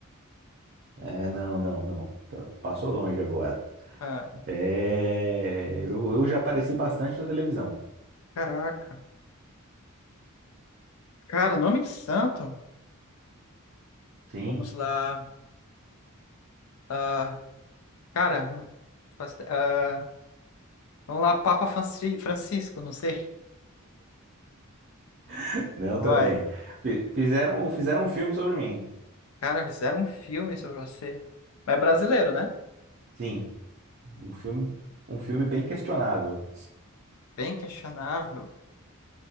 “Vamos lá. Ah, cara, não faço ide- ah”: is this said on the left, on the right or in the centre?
Left